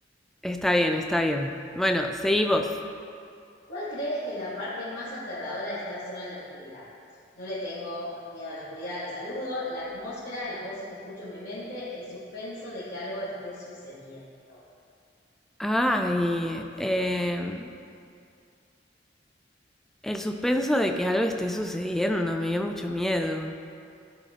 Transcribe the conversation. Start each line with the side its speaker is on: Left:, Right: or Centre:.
Centre: Está bien, está bien. Bueno, seguí vos.
Left: ¿Cuál crees que es la parte más aterradora de estar sola en la oscuridad? No le tengo miedo a la oscuridad, la saludo, la atmósfera, las voces que escucho en mi mente, el suspenso de que algo esté sucediendo.
Centre: Ay, em, el suspenso de que algo esté sucediendo me dio mucho miedo.